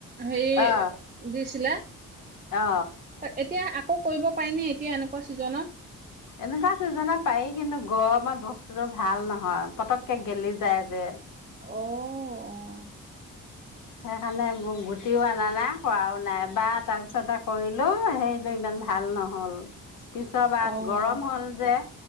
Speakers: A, on the right; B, on the left.
A: হেৰি
B: অ
A: দিছিলে,
B: অ
A: তা, এতিয়া আকৌ কৰিব পাৰিনে? এতিয়া এনেকুৱা ছিজনত?
B: এনেকুৱা চিজনত পাৰি কিন্তু গৰমত বস্তুটো ভাল নহয়, পতককে গেলি যায় যে।
A: অ', অ'।
B: সেইকাৰণে ম গুটিও অনা নাই কৰাও নাই বা তাৰপিছতে কৰিলো সেইটো ইমান ভাল নহ'ল। পিছাৰ বাৰত
A: অ',
B: গৰম হ'ল যে।